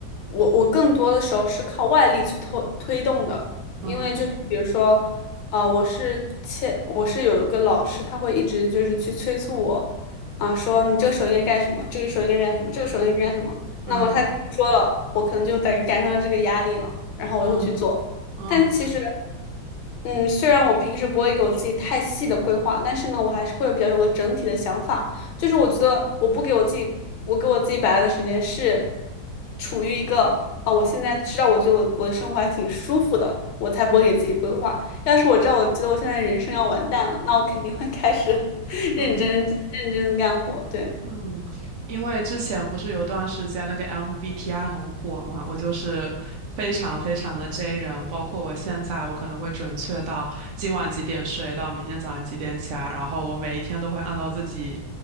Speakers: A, on the left; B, on the right.
A: 我我更多的时候是靠外力去推推动的，
B: 嗯
A: 因为就是比如说，啊，我是欠，我是有一个老师，他会一直就是去催促我，啊、说你这个时候应该干什么，这个时候应该干什么，这个时候应该干什么。
B: 嗯嗯
A: 那么他跟我说了，我可能就感感受到这个压力了，然后我就会去做。
B: 嗯嗯
A: 但其实，嗯，虽然我平时不会给我自己太细的规划，但是呢，我还是会比较有个整体的想法。就是我觉得我不给我自己，我给我自己摆烂的时间是处于一个啊，我现在知道我觉得我我的生活还挺舒服的，我才不会给自己规划。要是我知道我觉得我现在人生要完蛋了，那我肯定会开始 <laughs>
B: 嗯。
A: 认真认真的干活，对。
B: 嗯，因为之前不是有段时间那个 MBTI 很火嘛，我就是非常非常的 J 人，包括我现在，我可能会准确到今晚几点睡，到明天早上几点起来，然后我每一天都会按照自己